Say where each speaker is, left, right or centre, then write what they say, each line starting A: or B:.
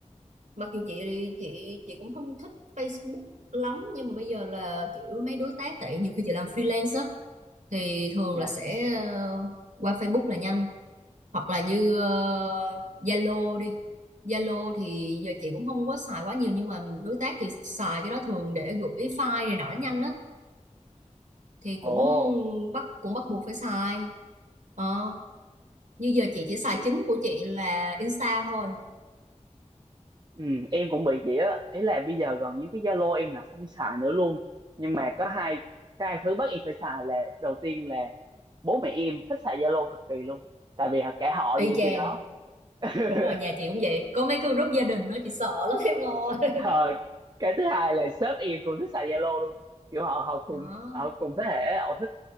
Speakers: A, on the right; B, on the right.
A: mặc dù chị chị chị cũng không thích Facebook lắm nhưng mà bây giờ là kiểu mấy đối tác tại nhiều khi chị làm freelance á thì thường
B: dạ
A: là sẽ ờ, qua Facebook là nhanh hoặc là như ờ, Zalo đi Zalo thì giờ chị cũng không có xài quá nhiều nhưng mà đối tác thì xài cái đó thường để gửi file này nọ nó nhanh á thì
B: ồ
A: cũng bắt cũng bắt buộc phải xài Ờ như giờ chị chỉ xài
B: thì
A: chính của chị là Insta thôi
B: ừ, em cũng bị vậy á ý là bây giờ gần như cái Zalo em là không xài nữa luôn nhưng mà có hai cái hai thứ bắt em phải xài là đầu tiên là bố mẹ em thích xài Zalo cực kỳ luôn tại vì cả họ
A: y
B: nhà em
A: chang
B: trên đó <laughs>
A: đúng rồi nhà chị cũng vậy có mấy cái group gia đình nó chị sợ lắm em ơi
B: ờ, cái thứ hai là sếp em cũng thích xài Zalo luôn kiểu họ họ cùng
A: đó
B: họ cùng thế hệ họ thích